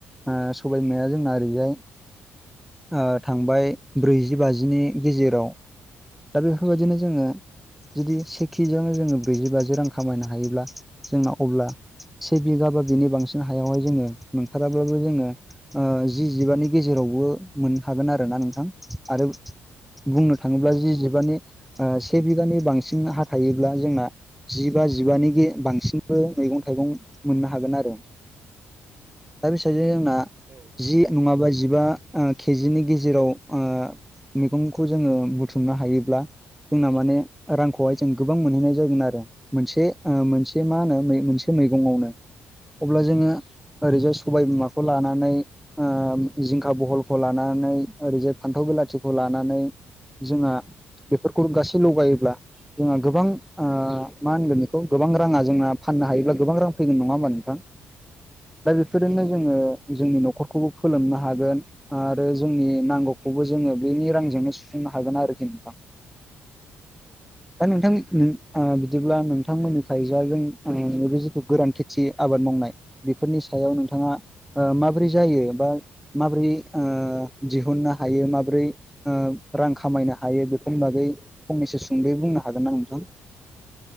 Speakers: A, in the centre; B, on the right.
A: ओ सबायबिमाया जोंना ओरैजाय ओ थांबाय ब्रैजि बाजिनि गेजेराव दा बेफोरबायदिनो जोङो जुदि से केजियावनो जोङो ब्रैजि बाजि रां खामायनो हायोब्ला, जोंना अब्ला से बिगा बा बिनि बांसिन हायावहाय जोङो मोनथाराबाबो जोङो ओ जि जिबानि गेजेरावबो मोनहैखागोन आरो ना नोंथां। आरो
B: उम
A: बुंनो थाङोब्ला जि जिबानि ओ से बिगानि बांसिन हा थायोब्ला जोंना जिबा जिबानिखि बांसिनबो मैगं थाइगं मोननो हागोन आरो। दा बिसिबां जायो जोंना?
B: औ।
A: जि नङाबा जिबा ओ केजिनि गेजेराव ओ मैगंखौ जोङो बुथुमनो हायोब्ला जोंना माने रांखौहाय जों गोबां मोनहैनाय जागोन आरो। मोनसे ओ मोनसे मा होनो मोनसे मैगंआवनो अब्ला जोङो ओरैजाय सबायबिमाखौ लानानै ओ जिंखा, बहलखौ लानानै ओरैजाय फान्थाव बिलाथिखौ लानानै जोंहा खुर गासेल' गायोब्ला जोंहा गोबां ओ मा होनगोन बेखौ गोबां राङा जोंना फाननो हायोब्ला गोबां रां फैगोन नङा होमबा नोंथां? दा बेफोरजोंनो
B: औ
A: जोङो जोंनि न'खरखौबो फोलोमनो हागोन। आरो जोंनि नांगौखौबो जोङो बेनि रांजोंनो सुफुंनो हागोन आरोखि नोंथां।
B: औ
A: दा नोंथां नि ओ बिदिब्ला नोंथांमोननिखैजा जों <unintelligible> नैबे जिथु गोरान खेथि आबाद मावनाय बेफोरनि सायाव नोंथाङा ओ माबोरै जायो बा माबोरै ओ दिहुननो हायो माबोरै ओ रां खामायनो हायो बेफोरनि बागै फंनैसो सुंद'यै बुंनो हागोन ना नोंथां?